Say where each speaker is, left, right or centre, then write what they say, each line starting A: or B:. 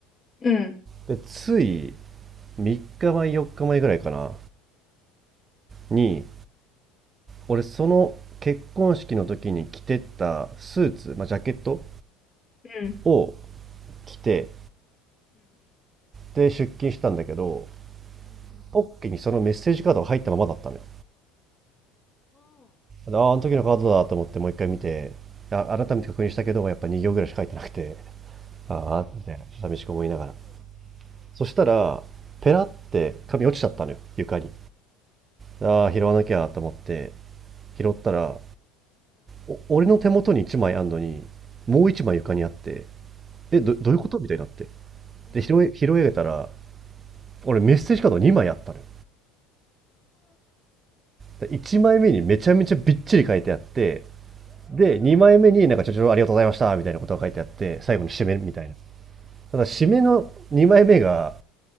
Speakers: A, on the left (about 30°); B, on the right (about 30°).
A: うん
B: でつい3日前4日前ぐらいかなに俺その結婚式の時に着てったスーツ、まあ、ジャケット
A: うん。
B: を着てで出勤したんだけどポッケにそのメッセージカードが入ったままだったのよあああの時のカードだと思ってもう一回見てあ改めて確認したけどやっぱ2行ぐらいしか書いてなくてああ寂しく思いながらそしたらペラって紙落ちちゃったのよ床にああ拾わなきゃと思って拾ったらお俺の手元に1枚あんのに、もう一枚床にあって、え、ど、どういうことみたいになって。で、拾い、拾い上げたら、俺メッセージカード2枚あったのよ。で1枚目にめちゃめちゃびっちり書いてあって、で、2枚目になんかちょちょありがとうございましたみたいなことが書いてあって、最後に締めみたいな。ただ締めの2枚目が、